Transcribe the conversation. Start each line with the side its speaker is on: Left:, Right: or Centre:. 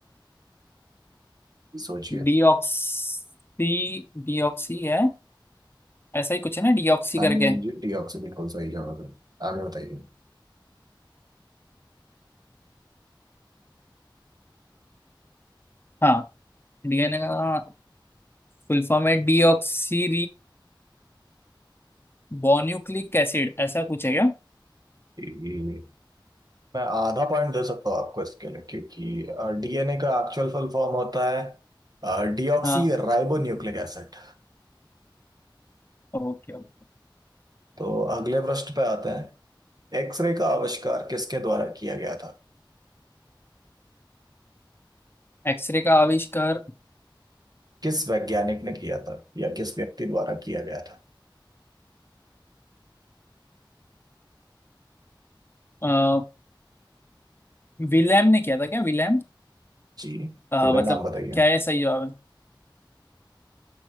Right: ही सोचिए
Left: डीऑक्सी डीऑक्सी है ऐसा ही कुछ है ना डीऑक्सी
Right: हाँ
Left: करके
Right: जी हाँ जी टी ऑक्सी बिल्कुल सही जवाब है आगे बताइए
Left: हाँ डीएनए का फुल फॉर्म है डीऑक्सी बोन्यूक्लिक एसिड ऐसा कुछ है क्या
Right: जी, मैं आधा पॉइंट दे सकता हूँ आपको इसके लिए क्योंकि डीएनए का एक्चुअल फुल फॉर्म होता है डीऑक्सी
Left: हाँ
Right: राइबो न्यूक्लिक एसिड
Left: Okay okay
Right: तो अगले प्रश्न पे आते हैं एक्सरे का आविष्कार किसके द्वारा किया गया था
Left: एक्सरे का आविष्कार
Right: किस वैज्ञानिक ने किया था या किस व्यक्ति द्वारा किया गया था
Left: अ, विलेम ने किया था क्या विलेम
Right: जी
Left: अ,
Right: पूरा
Left: मतलब
Right: नाम बताइए
Left: क्या है सही जवाब है